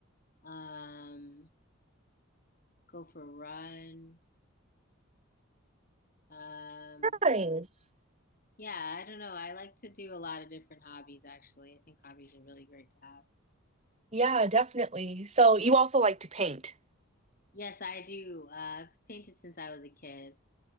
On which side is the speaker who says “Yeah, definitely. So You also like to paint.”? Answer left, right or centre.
Right